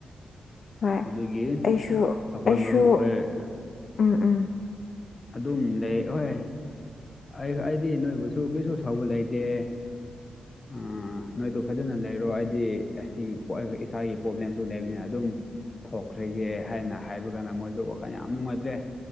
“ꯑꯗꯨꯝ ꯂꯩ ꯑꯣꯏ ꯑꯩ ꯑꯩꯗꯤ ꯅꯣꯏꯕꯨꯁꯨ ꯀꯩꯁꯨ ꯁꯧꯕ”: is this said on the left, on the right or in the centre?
Left